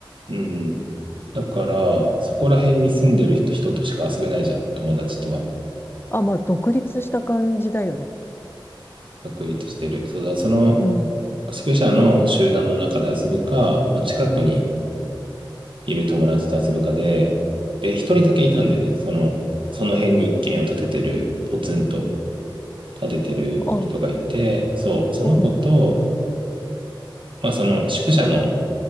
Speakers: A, on the right; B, on the left.
A: うん。だから、そこら辺に住んでる人、人としか遊べないじゃん。友達とは。
B: あ、まあ、独立した感じだよね。
A: 確立してる。そうだ、その
B: うん。
A: 宿舎の集団の中で遊ぶか、まあ、近くにいる友達と遊ぶかで、で、一人だけいたんだよね。
B: うん。
A: その、その辺に一軒家を建ててる、ポツンと建ててる人がいて、
B: あ、
A: そう、その子と、
B: うん、
A: まあ、その宿舎の